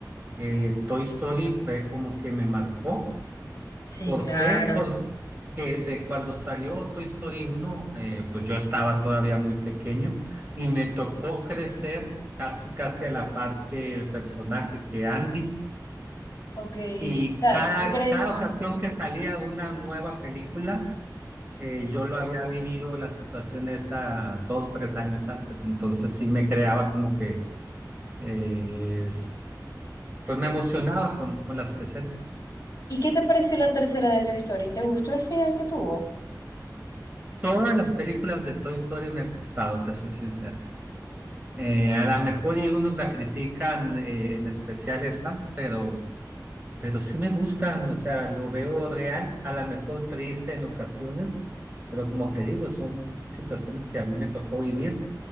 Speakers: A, on the right; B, on the left.
A: eh, Toy Story, fue como que me marcó.
B: Sí,
A: ¿Por
B: claro.
A: qué? Porque de cuando salió Toy Story uno, eh, pues yo estaba todavía muy pequeño y me tocó crecer casi, casi a la par que el personaje, que Andy.
B: Ok,
A: Y
B: o sea,
A: cada,
B: ¿tú crees?
A: cada ocasión que salía una nueva película, eh, yo lo había vivido la situación esa dos, tres años antes, entonces sí me creaba como que, eh, es- pues me emocionaba con, con las escenas.
B: ¿Y qué te pareció la tercera de tu historia? ¿Te gustó el final que tuvo?
A: Todas las películas de Toy Story me han gustado, te soy sincero. Eh, a lo mejor y unos la critican eh, en especial esa, pero pero sí me gustan, o sea, lo veo real, a lo mejor triste en ocasiones, pero como te digo, son situaciones que a mí me tocó vivir,